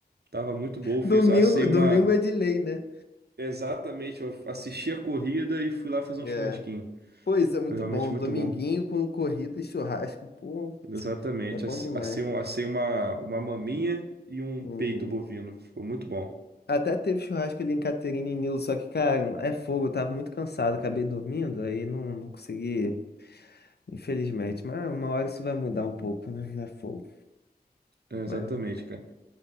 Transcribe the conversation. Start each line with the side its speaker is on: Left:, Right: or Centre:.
Right: tava muito bom. Eu
Left: Domingo,
Right: fiz, assei uma.
Left: domingo é de lei, né?
Right: Exatamente, eu assisti a corrida e fui lá fazer
Left: É.
Right: um churrasquinho.
Left: Pois é, muito
Right: Foi realmente
Left: bom.
Right: muito
Left: Dominguinho
Right: bom.
Left: com corrida e churrasco. Pô,
Right: Exatamente,
Left: é bom
Right: ass-
Left: demais.
Right: assei, um- assei uma, uma maminha e um
Left: Uhum.
Right: peito bovino. Ficou muito bom.
Left: Até teve churrasco ali em Caterina e Nilo, só que, cara, é fogo. Eu tava muito cansado, acabei dormindo, aí não, não consegui, infelizmente. Mas uma hora isso vai mudar um pouco, né? É fogo.
Right: É, Exatamente,
Left: Mas é,
Right: cara.